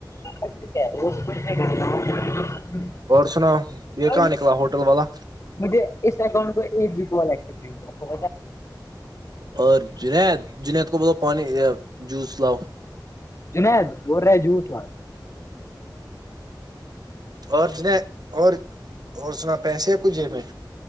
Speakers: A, on the left; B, on the right.
A: <unintelligible>
B: اور سناو
A: بھائی
B: یہ کہاں نکلا ہوٹل والا
A: مجھے اس اکاؤنٹ کو ایک و
B: اور جنید جنید کو بولو پانی جوس لاؤ
A: جناد بولر ہے جو تھ
B: اور جہ اور اور سنا پیسے ک جے میں